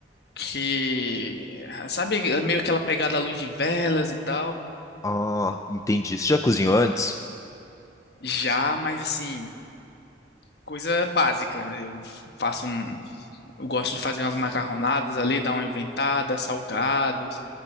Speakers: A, on the left; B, on the left.
A: que, sabe, meio aquela pegada à luz de velas e tal.
B: Ah, entendi. Você já cozinhou antes?
A: Já, mas assim, coisa básica. Eu faço um, eu gosto de fazer umas macarronadas ali, dar uma inventada, salgados,